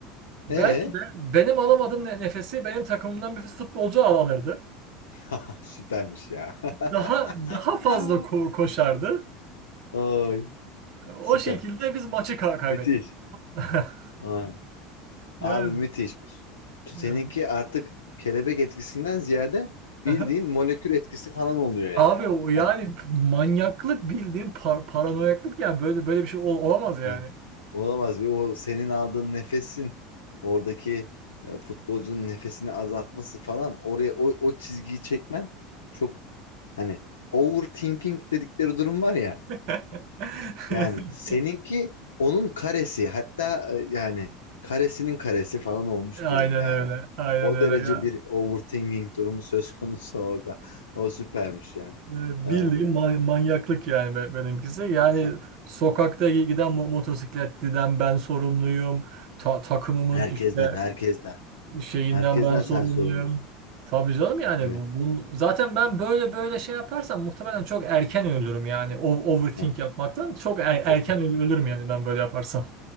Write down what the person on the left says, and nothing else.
Ee?
<laughs> Süpermiş ya.
<laughs>
Ay
süper.
Müthiş.
Aa, abi
müthişmiş. Seninki
artık kelebek etkisinden ziyade bildiğin
molekül etkisi falan oluyor yani.
Hani,
evet. Olamaz. Bir o senin aldığın nefesin oradaki e, futbolcunun nefesini azaltması falan oraya o, o çizgiyi çekmen çok hani overthinking dedikleri durum var ya.
Yani seninki onun karesi hatta e, yani karesinin karesi falan olmuş
durumda yani.
O
derece
bir overthinking durumu söz konusu orada. <laughs> O süpermiş ya.
Ee,
a-
herkesten,
herkesten.
Herkesten
sen sorumlusun.
Evet.
Yani.
<laughs>
o-